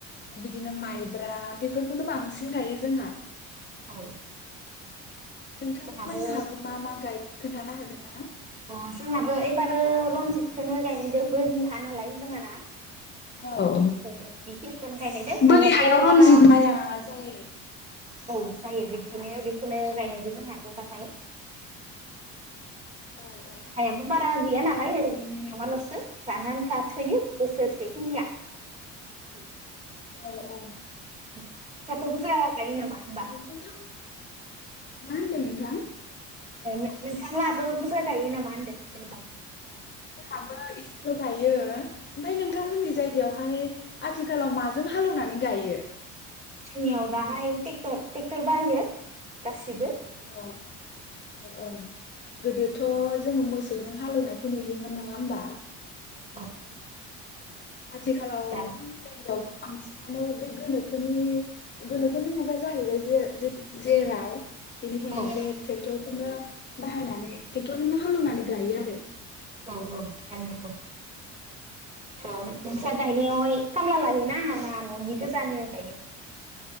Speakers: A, on the left; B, on the right.
A: बिदिनो माइब्रा बेफोरखौनो बांसिन बांसिन गायो जोंहा।
B: औ।
A: नोंथांमोनहाबो
B: जोंहाबो
A: मा मा गायो? खोन्थानो हागोन ना?
B: अ जोंहाबो एबारो रनजितखौनो गायनोदो बोरि हा नालाय जोंहाना
A: औ
B: बेनिखायनो बेखिनिखौनो गायनायदो हाथ'
A: बै हायाव रनजित
B: बारा बुरजा
A: माइआ जायो
B: औ जायो बिदिनो बेखौनो गायनायबो जोंहा एबारहाय
A: औ औ
B: हायाबो बा रां गैया नालाय ओरैनो मेवाल'सो जानो आन्था थोयो। बोसोरसेखिनिया <unintelligible>
A: औ औ।
B: <unintelligible> थ' बुरजा गायो नामा होनबा।
A: नोंथां मा होनदों नोंथां?
B: ए नोंथांलाबो बुरजा गायो नामा होन्दो जेनेबा?
A: जों हाबो ल' गायो ओमफ्राय नोंथांमोननि
B: औ
A: जायगायाव हाय आथिखालाव माजों हालेवनानै गायो।
B: जोंनियाव दाहाय ट्रेक्टर ट्रेक्टर बाहायो गासिबो
A: औ औ गोदोथ' जोंङो मोसौ सौजों हालेवनायखौ नुयोमोन नङा होमबा!
B: औ औ।
A: आथिखालाव
B: दा
A: जोंनि जायगायावबो बांसिनानो बे गोनोखोनि गोनोखोनि मुगा जाहैबाय जे जेराव बेनिखायनो
B: औ
A: बे ट्रेक्टरखौनो बाहायनानै ट्रेक्टरखौनो हालेवनानै गायो आरो
B: औऔ गायो औऔ नोंसा गायनायावहाय खामला लायोना ना न'नि गोजानो गायो